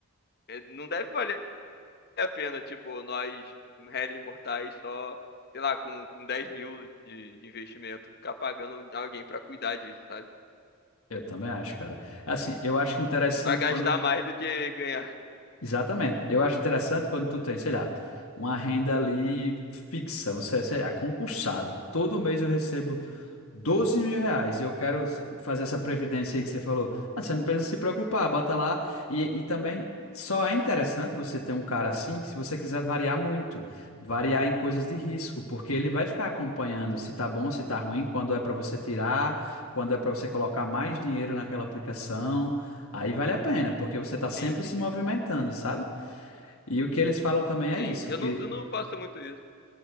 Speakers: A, on the left; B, on the left.
A: é, não deve valer a pena, tipo, nós, réis mortais, só, sei lá, com, com dez mil de, de investimento, ficar pagando alguém pra cuidar disso, sabe?
B: Eu também acho, cara. Assim, eu acho interessante
A: Vai gastar
B: quando.
A: mais do que ganhar.
B: Exatamente. Eu acho interessante quando tu tem, sei lá, uma renda ali fixa. Você, sei lá, concursado. Todo mês eu recebo. 12 mil reais. E eu quero s- fazer essa previdência aí que você falou. Ah, você não precisa se preocupar, bota lá. E, e também só é interessante você ter um cara assim se você quiser variar muito. Variar em coisas de risco, porque ele vai ficar acompanhando se tá bom, se tá ruim, quando é para você tirar, quando é para você colocar mais dinheiro naquela aplicação. Aí vale a pena, porque você tá sempre
A: Sim, entendi.
B: se movimentando, sabe? E o que eles falam também é
A: Sim,
B: isso,
A: eu
B: que
A: não, eu não faço muito isso.